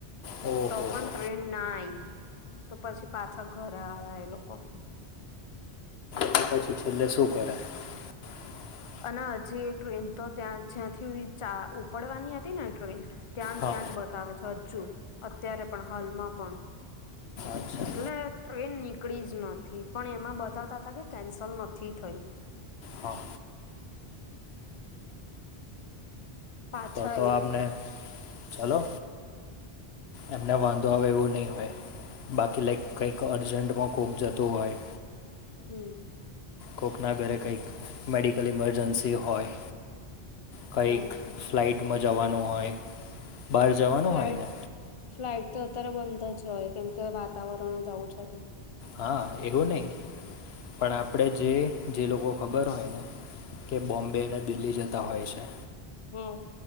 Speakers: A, on the left; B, on the left.
A: ઓહો
B: તો પણ
A: હો
B: ટ્રેન ના આઈ તો પછી પાછા ઘરે આયા એ લોકો.
A: તો પછી છેલ્લે શું કરે? <inaudible>
B: અને હજી ટ્રેન તો ત્યાં જ, જ્યાંથી ચા ઉપડવાની હતી ને ટ્રેન. ત્યાં ન
A: હા
B: ત્યાં જ બતાવે છે, હજુ અત્યારે, પણ હાલમાં પણ
A: અચ્છા
B: એકલે ટ્રેન નીકળી જ નથી. પણ એમાં બતાવતા હતા, કે કેન્સલ નથી થઈ.
A: હા.
B: પાછા
A: તો
B: આઈ
A: તો આપને
B: ગયા
A: ચલો. એમને વાંધો આવે, એવું નહીં હોય. બાકી લાઈક કંઈક અર્જન્ટમાં કોક જતું હોય.
B: હમ્મ.
A: કોકના ઘરે કંઈક મેડિકલ ઇમરજન્સી હોય. કંઈક
B: હમ
A: ફ્લાઇટમાં જવાનું હોય. બહાર જવાનું
B: ફ્લાઇટ
A: હોય ને
B: ફ્લાઇટ તો અત્યારે બંધ જ હોય, કેમ કે વાતાવરણ જ આવું છે તો.
A: હા, એવું નહી, પણ આપણે જે જે લોકો ખબર હોય ને. કે બોમ્બે અને દિલ્હી જતા હોય છે.
B: હમ્મ.